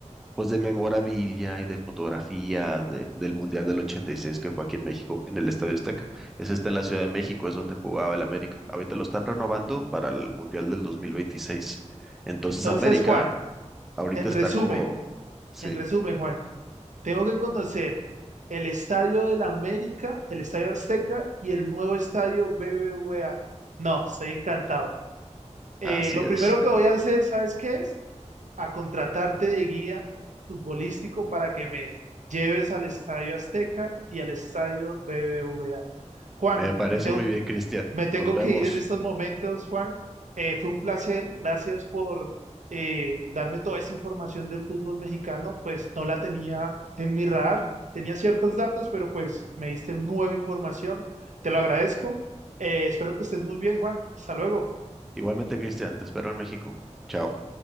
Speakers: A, in the centre; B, on the right.
A: pues de memorabilia y de fotografías de- del Mundial del 86 que fue aquí en México, en el Estadio Azteca. Ese está en la Ciudad de México, es donde jugaba el América. Ahorita lo están renovando para el Mundial del dos mil veintiséis Entonces
B: Entonces,
A: América
B: Juan,
A: ahorita
B: en
A: está
B: resumen,
A: como, sí,
B: en resumen, Juan, tengo que conocer el Estadio del América, el Estadio Azteca y el nuevo Estadio BBVA. No, estoy encantado. Eh,
A: así
B: lo
A: es.
B: primero que voy a hacer, ¿sabes qué es? A contratarte de guía futbolístico para que me lleves al Estadio Azteca y al Estadio BBVA. Juan,
A: Me parece
B: me tengo
A: muy bien, Cristian.
B: Me tengo
A: Nos vemos.
B: que ir en estos momentos, Juan. Eh, fue un placer. Gracias por eh, darme toda esa información del fútbol mexicano. Pues no la tenía en mi radar. Tenía ciertos datos, pero pues me diste nueva información. Te lo agradezco. Eh, espero que estés muy bien, Juan. Hasta luego.
A: Igualmente, Cristian, te espero en México. Chao.